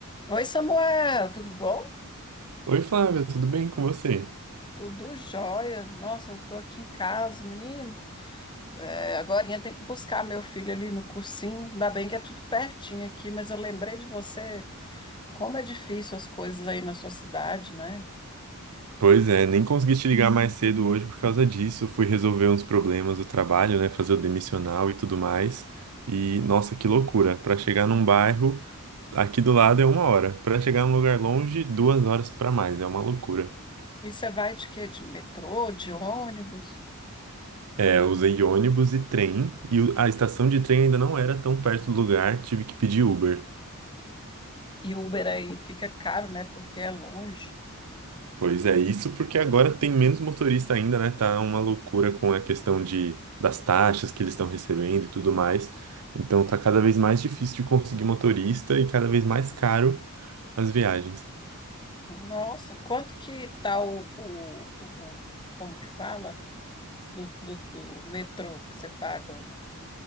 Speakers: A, on the left (about 20°); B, on the right (about 80°).
A: Oi, Samuel, tudo bom?
B: Oi, Flávia, tudo bem com você?
A: Tudo jóia. Nossa, eu tô aqui em casa, menino. É, agorinha tem que buscar meu filho ali no cursinho. Ainda bem que é tudo pertinho aqui, mas eu lembrei de você, como é difícil as coisas aí na sua cidade, né?
B: Pois é, nem consegui te ligar mais cedo hoje por causa disso. Fui resolver uns problemas do trabalho, né? Fazer o demissional e tudo mais. E nossa, que loucura! Para chegar num bairro aqui do lado é uma hora, para chegar num lugar longe, duas horas para mais. É uma loucura.
A: E você vai de quê? De metrô, de ônibus?
B: É, eu usei ônibus e trem e o- a estação de trem ainda não era tão perto do lugar. Tive que pedir Uber.
A: E Uber aí fica caro, né? Porque é longe.
B: Pois é, isso porque agora tem menos motorista ainda, né? Tá uma loucura com a questão de, das taxas que eles estão recebendo e tudo mais. Então tá cada vez mais difícil de conseguir motorista e cada vez mais caro as viagens.
A: Nossa, quanto que tá o, o, o- como que fala? Do, do, do metrô que você paga o